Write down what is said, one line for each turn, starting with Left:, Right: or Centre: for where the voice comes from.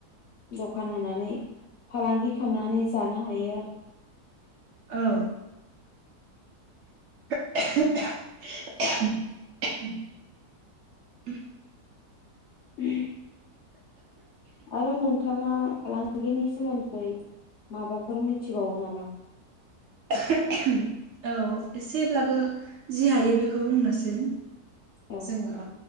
Left: दखान होनानै फालांगि खामनानै जानो हायो आरो।
Right: औ <unintelligible>
Left: उ <unintelligible> आरो नोंथाङा फालांगिनि सोमोन्दै माबाफोर मिथिबावो नामा?
Right: औ एसेब्लाबो जि हायो बेखौ बुंनोसै
Left: औ
Right: जोङो